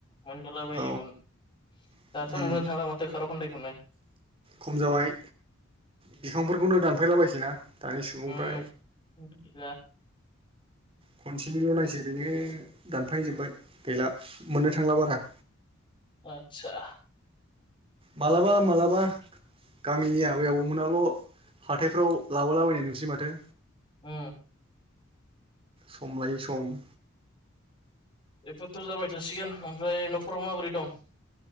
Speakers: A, on the left; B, on the right.
A: मोनजाला बायोमोन
B: औ उम
A: दाथ' नुनानै थाङाला माथो खार खन्दाइखौनो
B: खम जाबाय बिफांफोरखौनो दानफायलाबायसै ना दानि सुबुंफ्रा
A: उम <unintelligible>
B: खनसेनिल' नायसै बेनो दानफाजोबबाय गैला मोननो थांला बारा
A: आतसा
B: मालाबा मालाबा गामिनि आबायाव मोनाल' हाथायफ्राव लाबोलाबायनाय नुसै माथो
A: ओम
B: सम लायो सम
A: बेफोरथ' जाबाय थासिगोन ओमफ्राय न'खराव माबोरै दं